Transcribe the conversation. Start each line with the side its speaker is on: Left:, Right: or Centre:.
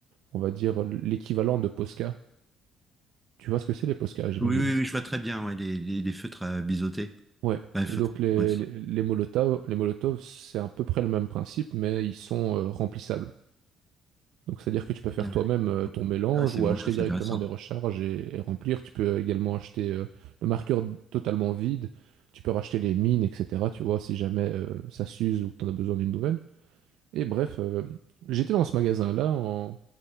Right: on va dire, l'équivalent de Posca. Tu vois ce que c'est les Posca, j'imagine.
Centre: Oui, oui, oui, je vois très bien, ouais, les, les- les feutres à biseauter.
Right: Ouais,
Centre: Enfin, les
Right: et
Centre: feutres,
Right: donc les,
Centre: ouais, c'est
Right: les, les Molotov, les Molotov, c'est à peu près le même principe, mais ils sont euh, remplissables. Donc, c'est-à-dire que tu peux faire
Centre: bien.
Right: toi-même euh, ton mélange
Centre: Ah ouais, c'est
Right: ou
Centre: vraiment
Right: acheter
Centre: c'est
Right: directement
Centre: intéressant.
Right: des recharges et, et remplir. Tu peux également acheter euh, le marqueur totalement vide. Tu peux racheter les mines, etc. Tu vois, si jamais euh, ça s'use ou que tu en as besoin d'une nouvelle. Et bref, euh, j'étais dans ce magasin-là en,